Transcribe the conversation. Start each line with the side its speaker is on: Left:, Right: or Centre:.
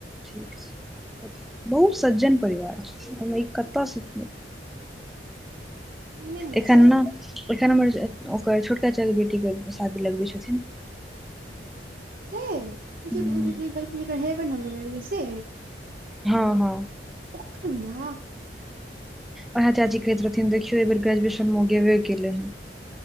Centre: ठीक छै बहुत सज्जन परिवार छै कतय सँ
Right: एहने होइ
Centre: एखन
Right: छै
Centre: ने <inaudible> एखन हमर ओकर छोटका चे बेटीके शादी लगबै छथिन
Right: ह
Centre: हूँ
Right: <unintelligible> लड़की है से
Centre: हँ हँ
Right: ओकर बिहा
Centre: उएह चाची कहैत रहथिन देखियौ एहि बेर ग्रेजुएशन मे गेबे केले